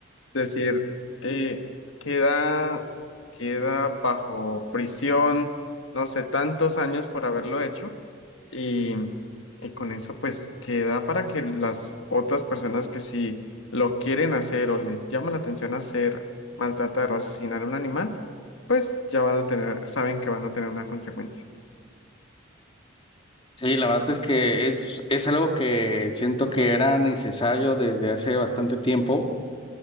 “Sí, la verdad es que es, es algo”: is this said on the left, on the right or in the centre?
Left